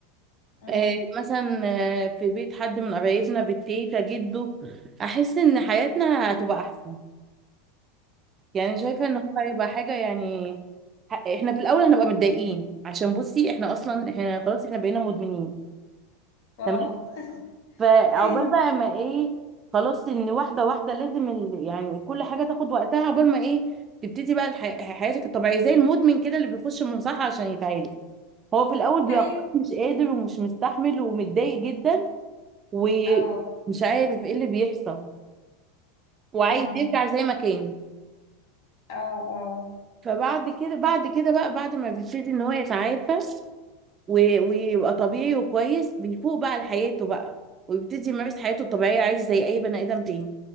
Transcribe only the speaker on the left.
امم
اه
<laughs>
ايوه
اه
امم
اه اه